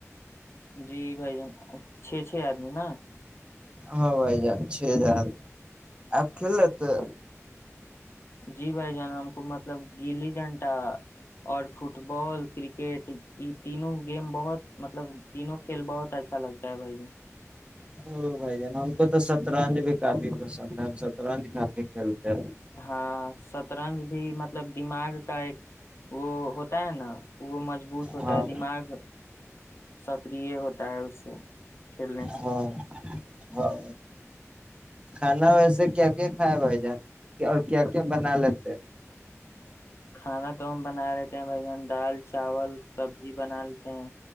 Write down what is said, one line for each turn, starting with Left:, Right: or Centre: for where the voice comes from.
Left: جی بھائی جان چھ چھ آدمی نا
Right: ہاں وائی جان چھزار آپ کھیل لتے
Left: جی بھائی جان ہم کو مطلب گلی ڈنٹا اور فٹ بال ک کرکٹ یہ تینوں گیم بہت مطلب تینوں کھیل بہت اچھا لگتا ہے بھائی
Right: ا بھائی جان ہم کو تو شطرنج بھی کافی پسند ہے ہم شطرنج کافی کھیلتے ہیں
Left: ہاں سطرنج بھی مطلب دماغ کا ایک وہ ہوتا ہے نا وہ مج بت ہوتا
Right: ہاں
Left: ہے دماغ سکریہ ہوتا ہے اس سے کھیلنے سے
Right: ہاں ہاں کھانا ویسے کیا کیا کھائے بھائی جان اور کیا کیا بنا لیتے
Left: کھانا تو ہم بنا لیتے ہیں بھ جان دال چاول سبزی بنا لیتے ہیں